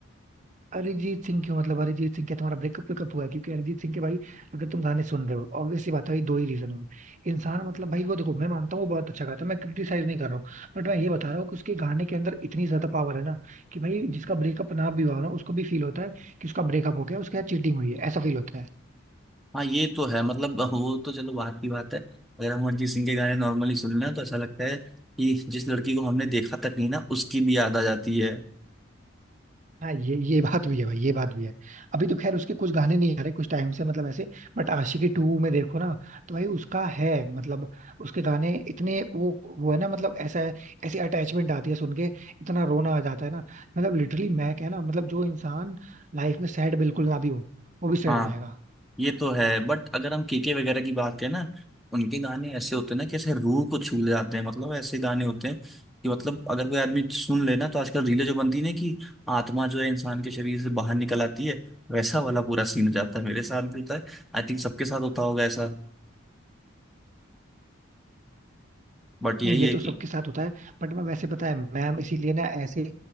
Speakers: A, on the right; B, in the centre.
A: Arijit Singh क्यों मतलब अरिजीत सिंह क्या तुम्हारा ब्रेकअप वेकअप हुआ है क्योंकि अरिजीत सिंह के भाई अगर तुम गाने सुन रहे हो ऑब्वियस सी बात है भाई दो ही रीजन हो गए इंसान मतलब भाई वो देखो मैं मानता हूँ वो बहुत अच्छा गाता है मैं क्रिटिसाइज नहीं कर रहा हूँ बट मैं ये बता रहा हूँ कि उसके गाने के अंदर इतनी ज्यादा पावर है ना कि भाई जिसका ब्रेकअप ना भी हुआ ना उसको भी फील होता है कि उसका ब्रेकअप हो गया उसके साथ चीटिंग हुई है ऐसा फील होता है
B: हाँ ये तो है मतलब वो तो चलो बात की बात है अगर हम अरिजीत सिंह के गाने नॉर्मली सुन लें तो ऐसा लगता है कि जिस लड़की को हमने देखा तक नहीं ना उसकी भी याद आ जाती है
A: हाँ ये ये बात भी है भाई ये बात भी है अभी तो खैर उसके कुछ गाने नहीं आ रहे कुछ टाइम से मतलब ऐसे बट आशिकी टू में देखो ना तो भाई उसका है मतलब उसके गाने इतने वो वो है ना मतलब ऐसा है ऐसी अटैचमेंट आती है सुन के इतना रोना आ जाता है ना मतलब लिटरली मैं क्या ना मतलब जो इंसान लाइफ में सैड बिल्कुल ना भी हो वो भी सैड
B: हाँ
A: हो जाएगा
B: ये तो है बट अगर हम केके वगैरह की बात करें ना उनके गाने ऐसे होते हैं ना कि ऐसे रूह को छू ले जाते हैं मतलब ऐसे गाने होते हैं कि मतलब अगर कोई आदमी सुन ले ना तो आजकल रीलें जो बनती है ना कि आत्मा जो है इंसान के शरीर से बाहर निकल आती है वैसा वाला पूरा सीन हो जाता है मेरे साथ भी होता है आई थिंक सबके साथ होता होगा ऐसा बट यही
A: नहीं ये
B: है
A: तो
B: कि
A: सबके साथ होता है बट मैं वैसे पता है मैं इसीलिए ना ऐसे